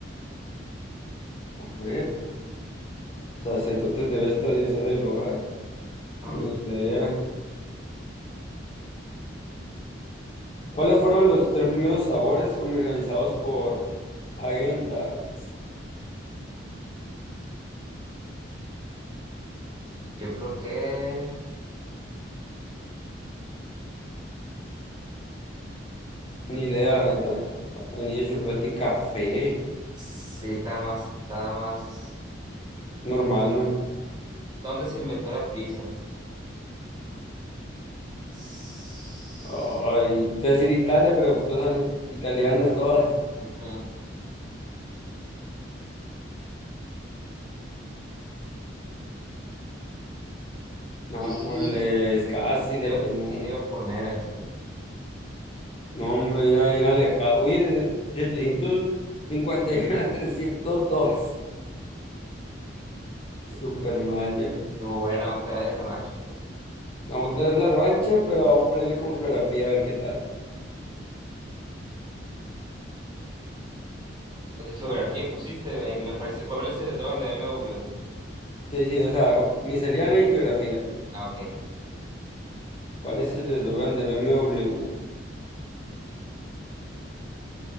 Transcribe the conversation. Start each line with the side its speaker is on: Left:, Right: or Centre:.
Left: A ver, sacerdotes de Vesta, diosa del hogar.
Right: No,
Left: Ni
Right: ni.
Left: idea. ¿Cuáles fueron los tres primeros sabores comercializados por Häagen-Dazs?
Right: Yo creo que
Left: Ni idea, la neta. Vainilla, chocolate y café.
Right: sí está más, está más.
Left: Normal, ¿no?
Right: ¿Dónde se inventó la pizza? S-
Left: Ay, te voy a decir Italia, pero todas son italianas, todas.
Right: Ujú.
Left: Nápoles,
Right: Y
Left: casi
Right: sí
Left: latina.
Right: le, iba sí le iba a poner eso.
Left: No, hombre, era bien alejado. Oye, de 751 a trescientos dos Súper mal yo.
Right: Estuvo buena otra vez, revancha, pues.
Left: Vamos a traer la revancha, pero vamos a ponerle con geografía a ver qué tal.
Right: De geografía pusiste, me, me parece. ¿Cuál es el eslogan de B m w
Left: Sí, sí, o sea, go- miscelánea y geografía.
Right: Ah, ok.
Left: ¿Cuál es el eslogan de BMW?